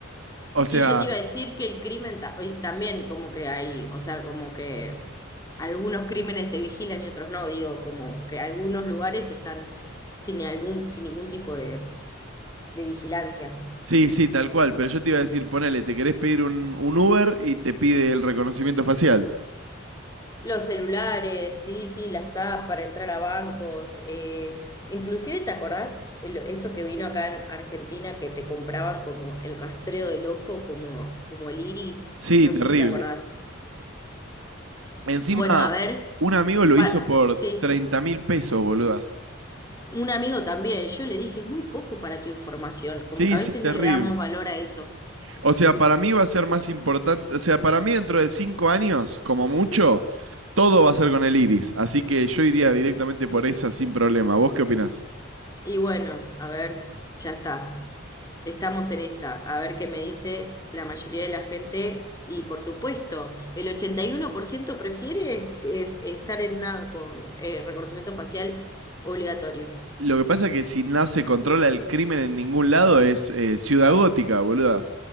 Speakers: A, on the right; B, on the left.
A: O sea,
B: Y yo te iba a decir que el crimen, ta- y también como que hay, o sea, como que algunos crímenes se vigilan y otros no, digo, como que algunos lugares están sin algún, sin ningún tipo de, de vigilancia.
A: sí, sí, tal cual, pero yo te iba a decir, ponele, te querés pedir un, un Uber y te pide el reconocimiento facial.
B: Los celulares, sí, sí, las apps para entrar a bancos, eh, inclusive, ¿te acordás el- eso que vino acá en Argentina que te compraban como el rastreo del ojo, como, como el iris?
A: Sí,
B: No
A: terrible.
B: sé si te acordás.
A: Encima,
B: Bueno, a ver,
A: un amigo lo
B: para,
A: hizo por
B: sí.
A: treinta mil pesos, boluda.
B: Un amigo también, yo le dije, es muy poco para tu información, como
A: Sí,
B: que a
A: sí,
B: veces
A: terrible.
B: no le damos valor a eso.
A: O sea, para mí va a ser más importante, o sea, para mí dentro de cinco años, como mucho, todo va a ser con el iris. Así que yo iría directamente por esa sin problema. ¿Vos qué opinás?
B: Y bueno, a ver, ya está. Estamos en esta, a ver qué me dice la mayoría de la gente. Y por supuesto, el 81% prefiere que es estar en una con eh, reconocimiento facial obligatorio.
A: Lo que pasa es que si no se controla el crimen en ningún lado es eh, ciudad gótica, boluda.